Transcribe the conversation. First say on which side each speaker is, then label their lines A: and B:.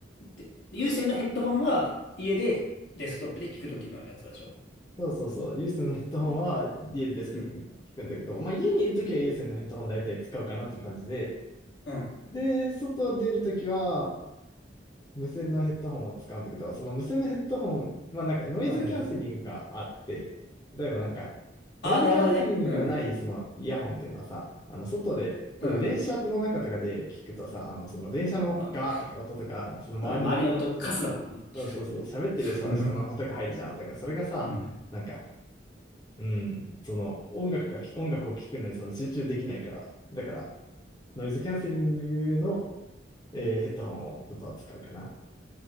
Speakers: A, on the left; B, on the left.
A: で、有線のヘッドホンは家でデスクトップで聞くときのやつでしょ。
B: そうそうそう、有線のヘッドホンは家ですけど、
A: ねうん。
B: 聞くんだけど、まあ家にいるときは有線のヘッドホン大体使うかなって感じで、
A: うん。
B: で、外出るときは無線のヘッドホンを使うんだけど、その無線のヘッドホン、まあなんかノイズキャンセリングがあって、
A: はいはいはい。
B: 例えばなんか、
A: ああ、
B: ノイズキャンセリングがないそのイヤホンっていうのはさ、
A: なるほどね。うん。
B: あの外で、例えば電車の中とかで聞くとさ、
A: うん。
B: あのその電車のガーとか音とか、
A: まあ、
B: その周りの人、
A: そうね周りの音カスだもんね。
B: そうそうそう、喋ってるさ、
A: <laughs> うん。
B: 人の音が入るじゃん。だからそれがさ、
A: うん
B: なんか、うん、その音楽が音楽を聴くのにその集中できないから、だからノイズキャンセリングの、えーヘッドホンをちょっと扱うかな。